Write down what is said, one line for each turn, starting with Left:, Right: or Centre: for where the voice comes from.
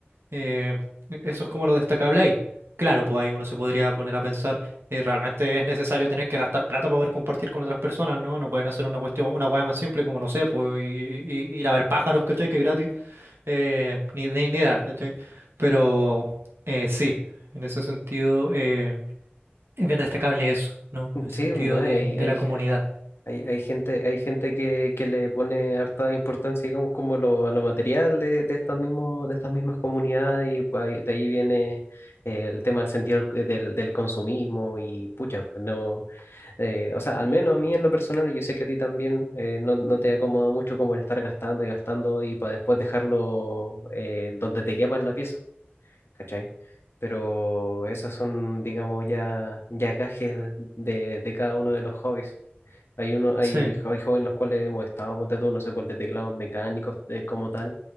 Right: Eh, eso es como lo destacable ahí. Claro, pues ahí uno se podría poner a pensar, eh, realmente es necesario tener que gastar plata para poder compartir con otras personas, ¿no? No pueden hacer una cuestión, una hueá más simple como, no sé, pues i- i- ir a ver pájaros, ¿cachai? Que es gratis, eh, ni, ni, ni idea, ¿cachai? Pero eh, sí, en ese sentido. eh, es bien destacable eso, ¿no? El
Left: Sí,
Right: sentido
Left: no, hay,
Right: de, de
Left: hay,
Right: la comunidad.
Left: Hay, hay gente, hay gente que, que le pone harta importancia, digamos, como lo, a lo material de, de estos mismos, de estas mismas comunidades, y pues ahí- de ahí viene eh, el tema del sentido del, del- del consumismo, y pucha, pues, no, eh, o sea, al menos a mí en lo personal, y yo sé que a ti también, eh, no, no te acomoda mucho como el estar gastando y gastando, y para después dejarlo eh, donde te quepa en la pieza, ¿cachai? Pero esas son, digamos, ya, ya gajes de, de cada uno de los hobbies. Hay uno, hay,
Right: Sí,
Left: jo- hay jóvenes los cuales hemos estado, ponte tú, no sé, por de teclados mecánicos eh, como tal,